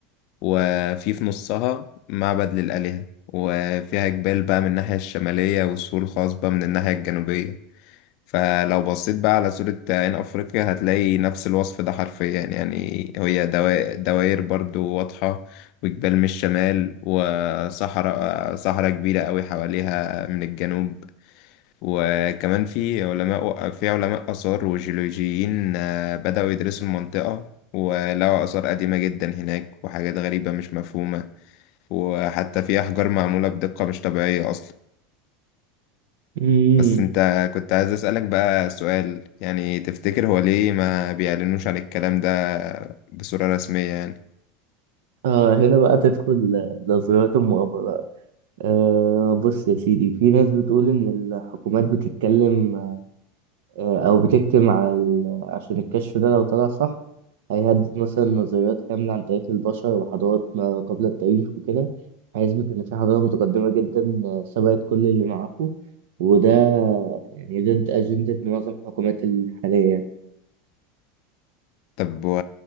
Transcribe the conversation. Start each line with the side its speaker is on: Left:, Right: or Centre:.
Left: وفي في نصها معبد للآلهة وفيها جبال بقى من الناحية الشمالية والسور الخاص بقى من الناحية الجنوبية فلو بصيت بقى على صورة عين أفريقيا هتلاقي نفس الوصف ده حرفيا يعني هي دوا- دوائر برضو واضحة وجبال من الشمال وصحراء صحراء كبيرة أوي حواليها من الجنوب وكمان في علماء في علماء آثار وجيولوجيين آه، بدأوا يدرسوا المنطقة ولقوا آثار قديمة جدا هناك وحاجات غريبة مش مفهومة وحتى في أحجار معمولة بدقة مش طبيعية أصلا
Right: امم
Left: بس أنت كنت عايز أسألك بقى سؤال يعني تفتكر هو ليه ما بيعلنوش عن الكلام ده بصورة رسمية يعني
Right: اه هنا بقى تدخل نظريات المؤامره بقى. آه بص يا سيدي في ناس بتقول ان الحكومات بتتكلم آه، او بتكتم على ال... عشان الكشف ده لو طلع صح هيهدد مثلا نظريات كاملة عن تاريخ البشر وحضارات ما قبل التاريخ وكده هيثبت إن في حضارة متقدمة جدا آه، سبقت كل اللي معاهم وده يعني ضد أجندة معظم الحكومات الحالية
Left: طب و